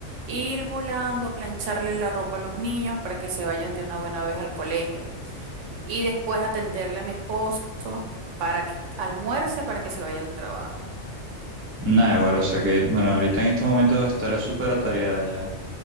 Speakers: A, on the right (about 70°); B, on the right (about 20°).
A: ir volando a plancharle la ropa a los niños para que se vayan de una buena vez al colegio y después atenderle a mi esposo para que almuerce para que se vaya al trabajo.
B: Nada, güey, o sea que, bueno, ahorita en este momento estará súper atareada ya.